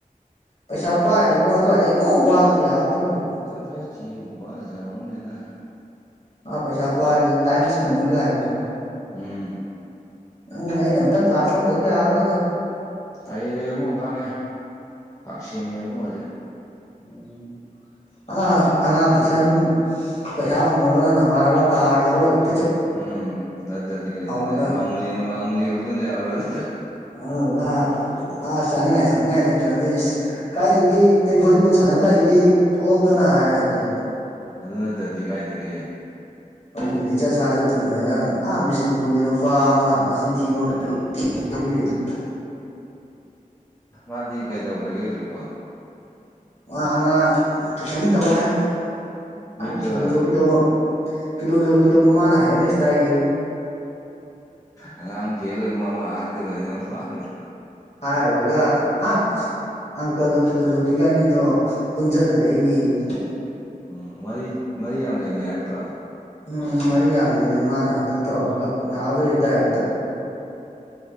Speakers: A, on the left (about 50°); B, on the left (about 20°).
A: ꯄꯩꯁꯥ ꯄꯥꯏꯔꯤꯕꯨ ꯑꯗ꯭ꯋꯥꯏꯗꯩ ꯀꯣꯛ ꯋꯥꯜꯂꯖꯨ ꯌꯥꯕꯗꯨꯕꯨ
B: ꯇꯟꯗ꯭ꯔ ꯆꯦꯡꯕꯨ ꯋꯥꯜꯂ ꯆꯥꯕ ꯍꯧꯟꯅꯗꯦꯗ
A: ꯃꯥ ꯄꯩꯁꯥ ꯄꯥꯕꯅꯤ ꯇꯥꯏꯝ ꯏꯁ ꯃꯅꯤꯒ ꯍꯥꯏꯕꯗꯣ
B: ꯎꯝ
A: ꯅꯪ ꯑꯩꯅ ꯑꯃꯨꯛꯇꯪ ꯀ꯭ꯂꯥꯁ ꯂꯧꯗꯕ ꯌꯥꯔꯔꯣꯏꯗ
B: ꯍꯩꯔꯦ ꯏꯕꯨꯡꯉꫭ ꯈꯥꯡꯉꯦ ꯀꯥꯛ ꯁꯤꯡꯉꯦ ꯏꯕꯨꯡꯉꯣ ꯍꯧꯖꯤꯛ
A: ꯎꯝ ꯑ ꯑꯉꯥꯡ ꯇꯨꯏꯁꯟ ꯄꯩꯁꯥ ꯐꯪꯉꯒꯅ ꯅꯃꯥꯟꯅꯕ ꯀꯥꯔ ꯊꯧꯔꯒꯦ
B: ꯎꯝ ꯅꯠꯇꯗꯤ ꯀꯩꯅꫭꯅꯦ
A: ꯍꯧꯔꯒ
B: ꯃꯥꯃꯨꯂꯤꯅ ꯃꯥꯃꯨꯂꯤꯒ ꯕꯨꯟ ꯌꯥꯕ꯭ꯔꯗꯣ
A: ꯑꯗꯨꯗꯨꯒ ꯑ ꯆꯥꯅꯤꯡꯉꯥꯏ ꯊꯛꯅꯤꯡꯉꯥꯏ ꯂꯩ ꯇ꯭ꯔꯗꯤ ꯑꫯꯁ ꯀꯥꯏ ꯂꯩꯒꯦ ꯑꯩ ꯕꯣꯂꯤꯕꯣꯜ ꯁꯥꯟꯅꯕ
B: ꯎꯝ
A: ꯂꯥꯛꯏꯌꯦ ꯊꯣꯛꯂꯧꯗꯅ
B: ꯎꯝ
A: ꯍꯥꯏꯔꯛꯀꯅꯤ
B: ꯑꯗꯨ ꯅꯠꯇꯗꯤ ꯀꯥꯏꯗꯒꯤ
A: ꯑꯗꯨꯒꯤ ꯂꯤꯆꯠ ꯁꯥꯖꯠꯇꯨꯅꯦ ꯅꯪ ꯑ ꯕꯤꯁꯅꯨꯄꯨꯔꯒꯤ ꯅꯨꯄꯥ ꯑꯃ ꯃꯁ ꯆꯤꯟꯊꯤꯕ ꯑꯃꯝꯗ
B: ꯎꯝ
A: <inaudible> ꯔꯤꯗꯨ
B: ꯃꯥꯗꯤ ꯀꯩꯗꯧꯒ꯭ꯔꯒꯦ ꯍꯧꯖꯤꯛꯄꯣ
A: ꯃꯥ ꯑꯉꯥꯡ ꯇꯨꯏꯁꯟ ꯇꯧꯋꯦ ꯍꯥꯏꯕꯅꯤ
B: ꯃꯌꯨꯝ
A: ꯑ
B: ꯆꯠꯂꯒ
A: ꯐꯤꯂꯣꯖꯣꯐꯤ ꯂꯧꯕ ꯐꯤꯂꫭꯖꯣꯐꯤ ꯂꯧꯕ ꯃꯥꯅ ꯍꯥꯌꯔꯃꯦꯁ ꯇꯥꯛꯑꯦꯌꯦ
B: ꯑꯉꯥꯡ ꯐꯦꯜ ꯑꯣꯏ ꯃꯃꯥ ꯍꯥꯠꯀꯗꯣꯏꯅꯦ ꯌꯦꯡꯉꫭ ꯃꯥꯕꯨꯗꯤ
A: ꯍꯥꯏꯔꯨꯔꯒ ꯑꯥ ꯑꯪꯀꯒ ꯐꯤꯂꯣꯖꯣꯐꯤꯒ ꯑꯅꯤꯗꯣ ꯄꯨꯟꯖꯟꯅꯔꯛꯏꯅꯦꯌꯦ
B: ꯎꯝ ꯋꯥꯔꯤ ꯃꯔꯤ ꯌꯥꯝ ꯂꯩꯅꯩ ꯍꯥꯏꯔꯛꯇ꯭ꯔꯣ
A: ꯎꯝ ꯃꯔꯤ ꯌꯥꯝ ꯂꯩꯅꯩ ꯃꯥꯅ ꯑꯗꯨ ꯇꯧꯔꯒ ꯌꯥꯎ ꯗꯕꯩ ꯇꯥꯏꯞꯇ